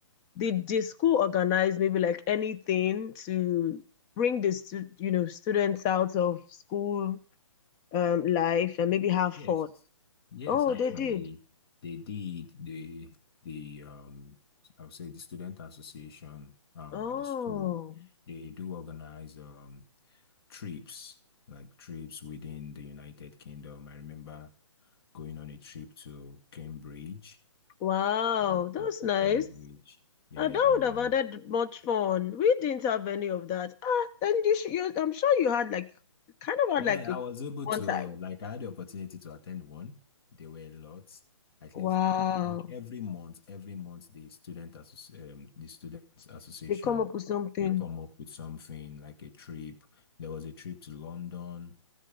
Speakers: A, on the left (about 20°); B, on the left (about 50°).
A: did the school organize maybe like anything to bring the stu you know students out of school um life and maybe have
B: Yes,
A: fun?
B: yes,
A: Oh,
B: actually,
A: they did.
B: they did. The the um, I'll say the student association um
A: Oh,
B: of the school, they do organize um trips like trips within the United Kingdom. I remember going on a trip to Cambridge,
A: wow,
B: a
A: that's
B: trip to
A: nice.
B: Cambridge, yeah,
A: Uh, that
B: and
A: would have
B: there was
A: added much fun. We didn't have any of that. Ah, then you, sh you, I'm sure you had like, kind of had
B: Yeah,
A: like a,
B: I was able
A: one
B: to,
A: time.
B: like, I had the opportunity to attend one. There were lots. At least,
A: Wow.
B: I think every month, every month, the student associ um, the students association,
A: They come up with something.
B: they come up with something like a trip. There was a trip to London.